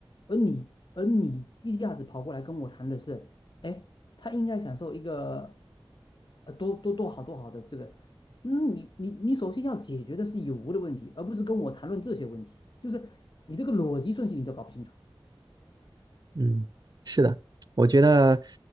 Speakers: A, on the left; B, on the right.
A: 而你，而你一下子跑过来跟我谈的是，哎，他应该享受一个，呃，多多多好多好的这个，嗯，你你你首先要解决的是有无的问题，而不是跟我谈论这些问题，就是你这个逻辑顺序你都搞不清楚，
B: 嗯，是的，我觉得，